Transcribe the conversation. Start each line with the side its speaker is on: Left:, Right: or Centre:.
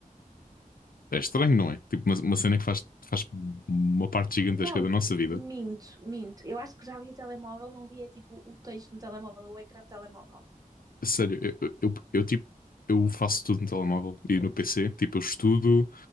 Left: É estranho, não é? Tipo, uma, uma cena que faz, faz uma parte gigantesca
Right: Não,
Left: da nossa vida.
Right: minto, minto. Eu acho que já vi o telemóvel, não via tipo o texto no telemóvel, o ecrã do telemóvel.
Left: A Sério, eu, eu, eu, tipo, eu faço tudo no telemóvel e no PC. Tipo, eu estudo,